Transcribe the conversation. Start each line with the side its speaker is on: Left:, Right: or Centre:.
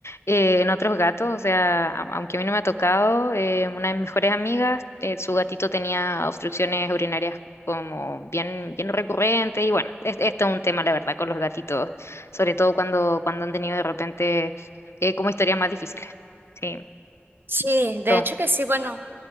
Left: eh, en otros gatos, o sea, a- aunque a mí no me ha tocado, eh, una de mis mejores amigas, eh, su gatito tenía obstrucciones urinarias como bien, bien recurrentes y bueno, es, esto es un tema, la verdad, con los gatitos, sobre todo cuando, cuando han tenido de repente eh, como historias más difíciles. Sí,
Right: Sí, de
Left: toma.
Right: hecho que sí, bueno.